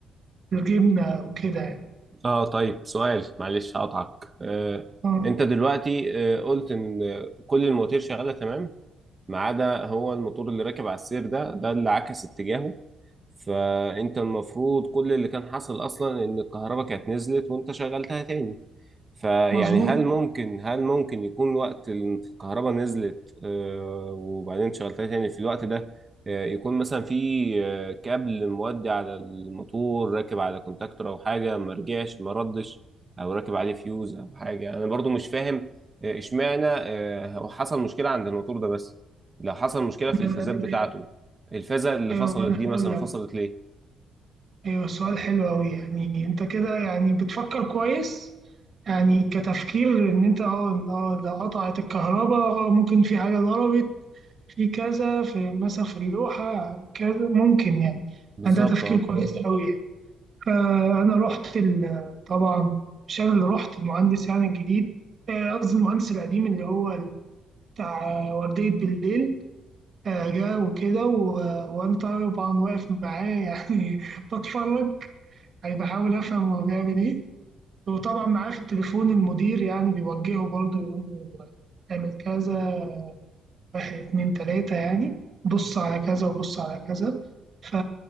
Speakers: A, on the right (about 50°); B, on the right (about 30°).
A: الجبنة وكده يعني
B: اه طيب سؤال معلش هقطعك آه
A: آه،
B: انت دلوقتي آه قلت ان آه، كل المواتير شغاله تمام ما عدا هو الموتور اللي راكب على السير ده ده اللي عكس اتجاهه فانت المفروض كل اللي كان حصل اصلا ان الكهرباء كانت نزلت وانت شغلتها تاني فيعني
A: مظبوط
B: هل ممكن هل ممكن يكون وقت الكهرباء نزلت آه، وبعدين شغلتها تاني في الوقت ده آه، يكون مثلا في آه، كابل مودي على الموتور راكب على كونتاكتور او حاجه ما رجعش ما ردش او راكب عليه فيوز او حاجه انا برضو مش فاهم آه، اشمعنى آه، هو حصل مشكله عند الموتور ده بس لو حصل مشكله في الفازات
A: ما أنا-
B: بتاعته الفازه اللي
A: أيوه
B: فصلت
A: ما أنا
B: دي مثلا
A: هقول لك
B: فصلت ليه؟
A: أيوه سؤال حلو أوي يعني أنت كده يعني بتفكر كويس يعني كتفكير إن أنت أه آه، ده قطعت الكهرباء آه، ممكن في حاجة ضربت في كذا في مثلا في اللوحة كذا ممكن يعني
B: بالظبط
A: يعني ده تفكير
B: اه
A: كويس أوي يعني. فأنا رحت ال- طبعا مش أنا اللي رحت المهندس يعني الجديد آه، قصدي المهندس القديم اللي هو بتاع وردية بالليل آه، جه وكده و- وأنا طبعا واقف معاه يعني <laughs> بتفرج يعني بحاول أفهم هو بيعمل إيه وطبعا معاه في التليفون المدير يعني بيوجهه برضه يقول له اعمل كذا واحد اتنين تلاتة يعني بص على كذا وبص على كذا ف...